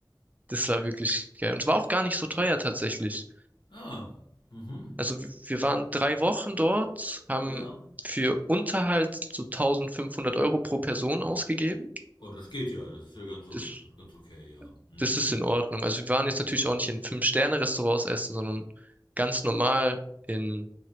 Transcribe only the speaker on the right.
das war wirklich geil. Und es war auch gar nicht so teuer tatsächlich.
Also w- wir waren drei Wochen dort, haben
für Unterhalt so 1500 Euro pro Person ausgegeben.
Das,
das ist in Ordnung. Also wir waren jetzt
natürlich auch nicht in Fünf-Sterne-Restaurants essen, sondern ganz normal in